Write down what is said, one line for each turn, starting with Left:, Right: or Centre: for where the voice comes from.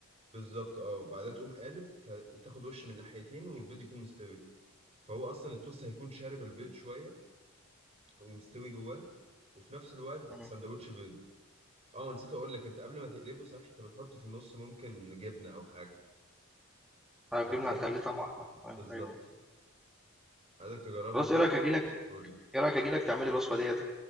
Right: بالظبط اه وبعدها تقوم قالب فتاخد وش من ناحيتين والبيض يكون مستوي فهو اصلا التوست هيكون شارب البيض شويه ومستوي جواه وفي نفس الوقت
Centre: إمم.
Right: سندوتش بيض اه نسيت اقول لك انت قبل ما تقلبه صح انت بتحط في النص ممكن جبنه او حاجه
Centre: أيوه
Right: فبتخلي
Centre: الجبنة هتخلّيه طعمه أحلى. أيوه،
Right: بالظبط
Centre: أيوه.
Right: فعايزك تجربها
Centre: خلاص
Right: كده
Centre: إيه رأيك آجي لك
Right: قول لي
Centre: إيه رأيك آجي لك تعمل لي الوصفة ديّة؟